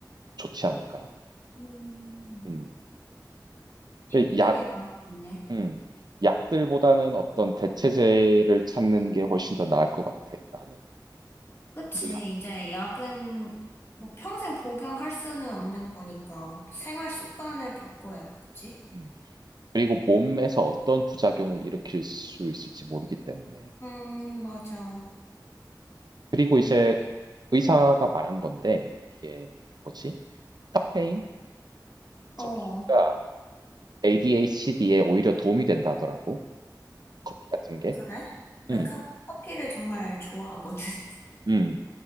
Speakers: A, on the right (about 65°); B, on the left (about 35°).
A: 좋지 않을까.
B: 음.
A: 음.
B: 팁들이
A: 근데 약,
B: 많이 있네.
A: 음. 약들보다는 어떤 대체제를 찾는 게 훨씬 더 나을 것 같아. 나는.
B: 그치.
A: 뭐 약.
B: 이제 약은 뭐 평생 복용할 수는 없는 거니까 생활 습관을 바꿔야겠지.
A: 음. 그리고 몸에서 어떤 부작용을 일으킬 수 있을지 모르기 때문에.
B: 음, 맞아.
A: 그리고 이제 의사가 말한 건데 이게 뭐지? 카페인
B: 어,
A: 섭취가
B: 어,
A: ADHD에 오히려 도움이 된다 하더라고. 커피 같은 게.
B: 그래? 나
A: 음,
B: 커, 커피를 정말 좋아하거든. <laughs>
A: 음.